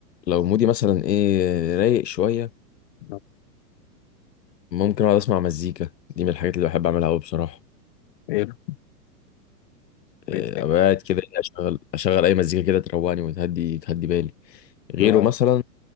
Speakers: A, on the left (about 85°); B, on the left (about 40°).
A: لو مودي مثلا ايه رايق شويه
B: آه،
A: ممكن اقعد اسمع مزيكا دي من الحاجات اللي بحب اعملها قوي بصراحه
B: إيه
A: إيه،
B: الهوايات يعني؟
A: ابقى قاعد كده إيه، اشغل اشغل اي مزيكا كده تروقني وتهدي تهدي بالي غيره
B: لا-
A: مثلا